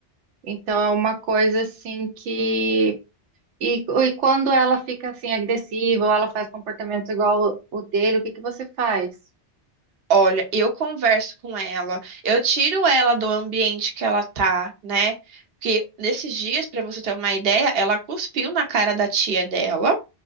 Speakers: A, on the right; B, on the right.
A: Então é uma coisa assim que. E, e quando ela fica assim agressiva ou ela faz comportamentos igual o, o dele, o que que você faz?
B: Olha, eu converso com ela, eu tiro ela do ambiente que ela tá, né? Porque nesses dias, pra você ter uma ideia, ela cuspiu na cara da tia dela,